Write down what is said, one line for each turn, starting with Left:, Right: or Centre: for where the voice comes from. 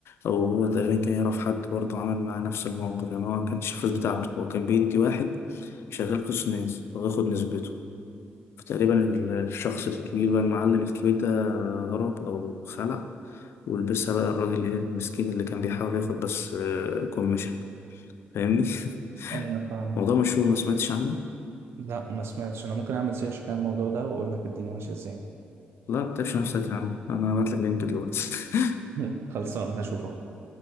Left: أو هو تقريبا كان يعرف حد برضه عمل معاه نفس الموقف يعني هو ما كانش الفلوس بتاعته هو كان بيدي واحد شغال فلوس ناس وياخد نسبته فتقريبا ال- الشخص الكبير بقى المعلم الكبير ده هرب أو خلع ولبسها بقى الراجل إيه المسكين اللي كان بيحاول ياخد بس كوميشن فاهمني؟ <laughs>
Right: ايوه فاهمة
Left: موضوع مشهور ما سمعتش عنه؟
Right: لا ما سمعتش انا ممكن اعمل سيرش كده على الموضوع ده واقول لك الدنيا ماشية ازاي
Left: لا ما تتعبش نفسك يا عم أنا هبعتلك لينك دلوقتي <laughs>
Right: <laughs> خلصانة هشوف اهو